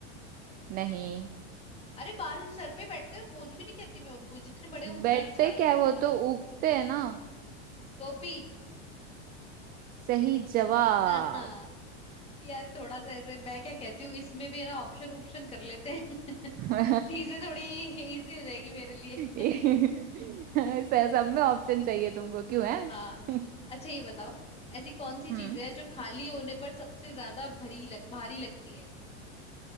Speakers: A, on the right; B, on the left.
A: नहीं
B: अरे बाल सर पे बैठते हैं और बोझ भी नहीं कहती मैं उनको जितने बड़े हों उतना
A: बैठते
B: अच्छा
A: क्या है वो तो उगते है ना
B: टोपी
A: सही जवाब
B: <laughs> हाँ हाँ यार थोड़ा सा ऐसे मैं क्या कहती हूँ इसमें भी है ना ऑप्शन ऑप्शन कर लेते हैं <laughs>
A: <laughs>
B: चीजें थोड़ी इजी हो जाएगी मेरे लिए
A: ये-
B: <laughs>
A: सब में ऑप्शन चाहिए तुमको क्यों है
B: हाँ
A: <laughs>
B: अच्छा ये बताओ ऐसी कौन सी चीज
A: हम्म
B: है जो खाली होने पर सबसे ज्यादा भरी लग भारी लगती है